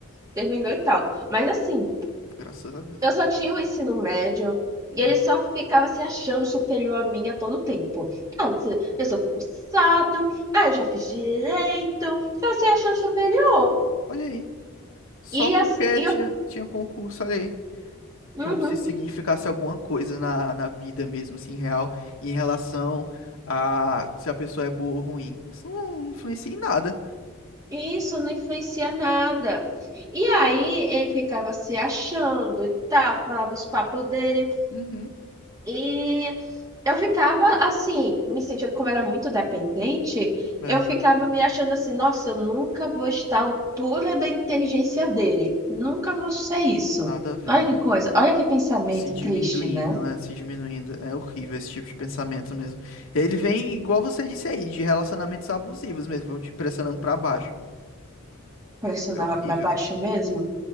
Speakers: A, on the right; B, on the left.
A: terminou e tal. Mas assim.
B: graças a Deus.
A: Eu só tinha o ensino médio e
B: Uhum.
A: ele só ficava se achando superior a mim a todo tempo. Ah, se- eu sou concursado, ah, eu já fiz direito, já se achando superior.
B: Olha aí, só
A: E
B: porque
A: assim, e
B: tinha,
A: eu,
B: tinha concurso, olha aí.
A: uhum,
B: como se significasse alguma coisa na, na vida mesmo, assim, real, em relação a se a pessoa é boa ou ruim. Isso não influencia em nada.
A: e isso não influencia nada. E aí ele ficava se achando e tal, falava os papos dele.
B: Uhum.
A: E eu ficava assim, me sentia como era muito dependente,
B: É,
A: eu ficava me achando assim, nossa, eu nunca vou estar à altura da inteligência dele, nunca vou ser isso.
B: nada a ver,
A: Olha
B: né?
A: que coisa, olha que pensamento
B: Se diminuindo,
A: triste, né?
B: né? Se diminuindo. É horrível esse tipo de pensamento mesmo. Ele vem, igual você disse aí, de relacionamentos abusivos mesmo, vão te pressionando pra baixo.
A: Pressionava
B: É horrível.
A: para baixo mesmo.